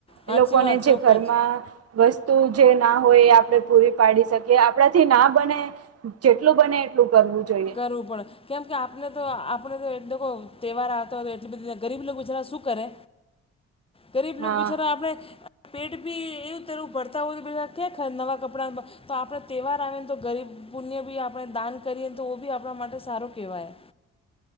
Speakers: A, on the left; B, on the right.
A: સાચી
B: એ લોકોને
A: વાત
B: જે
A: ચોક્કસ
B: ઘરમાં વસ્ત તું જે ના હોય એ આપડે પૂરી પાડી શકીએ આપણાથી જે ના બને જેટલું બને એટલું કરવું જોઈએ.
A: કરવું પડે કેમ કે આપને તો આપણે તો એ લોકો તહેવાર આવતા હોય તો એટલી બધી ગરીબ લોકો બિચારા શું કરે ગરીબ લોકો
B: હા
A: બિચારા આપડણે પેટ ભી એવું તરું ભરતા હોય એ ક્યાં નવા કપડાં તો આપણે તહેવાર આવે ને તો ગરીબ પુણ્ય બી આપણે દાન કરીએ તો બી આપણા માટે સારો કહેવાય